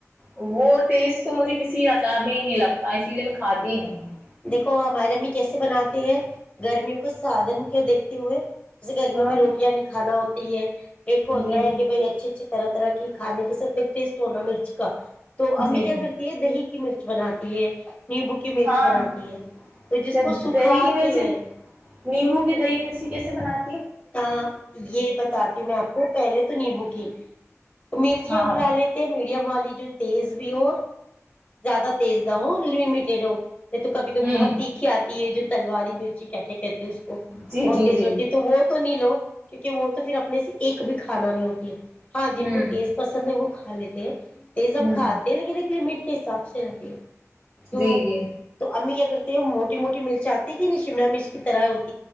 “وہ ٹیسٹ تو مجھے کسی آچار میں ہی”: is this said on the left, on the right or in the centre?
Right